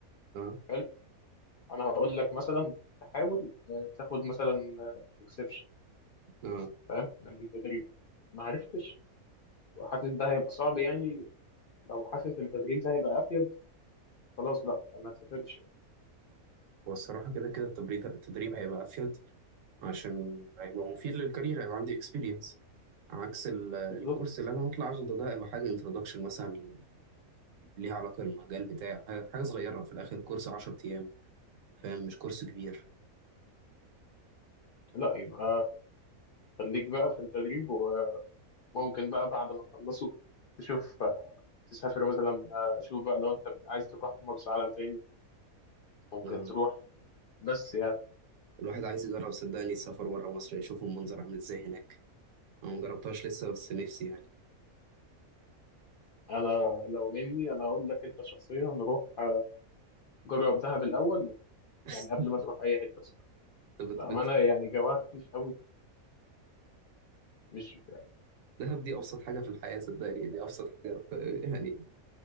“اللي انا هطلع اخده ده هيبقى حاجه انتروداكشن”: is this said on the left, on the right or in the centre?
Right